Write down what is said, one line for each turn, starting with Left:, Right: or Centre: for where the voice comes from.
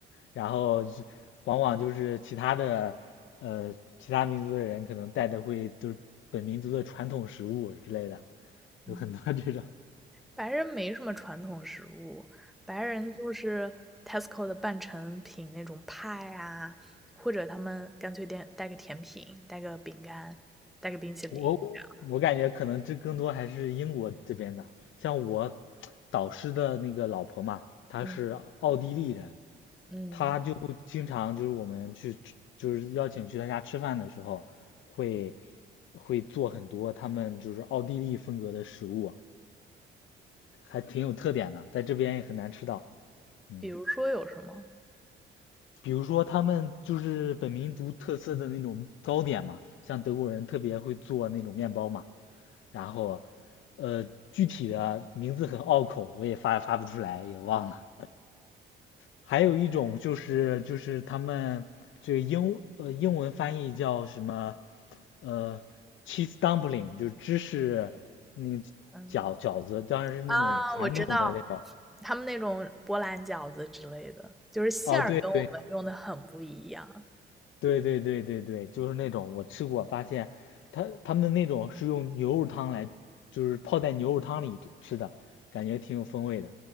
Left: 然后就往往就是其他的呃其他民族的人可能带的会就是本民族的传统食物之类的，有很多这种。
Centre: 嗯，白人没什么传统食物，白人就是 Tesco 的半成品那种派啊，或者他们干脆点带个甜品，带个饼干，带个冰淇淋这样。
Left: 我我感觉可能这更多还是英国这边的，像我导师的那个老婆嘛，她是奥地利人，
Centre: 嗯嗯，
Left: 她就会经常就是我们去吃就是邀请去她家吃饭的时候，会会做很多他们就是奥地利风格的食物，还挺有特点的，在这边也很难吃到。嗯，
Centre: 比如说有什么？
Left: 比如说他们就是本民族特色的那种糕点嘛，像德国人特别会做那种面包嘛。然后，呃，具体的名字很拗口，我也发发不出来，也忘了。还有一种就是就是他们这个英呃英文翻译叫什么，呃，cheese dumpling，就是芝士那个
Centre: 嗯。
Left: 饺饺子，当然是那种传统的那种。
Centre: 啊，我知道，他们那种波兰饺子之类的，就是馅儿跟我们用的很不一样。
Left: 哦，对对对对对对对，就是那种我吃过，发现他他们那种是用牛肉汤来，就是泡在牛肉汤里吃的，感觉挺有风味的。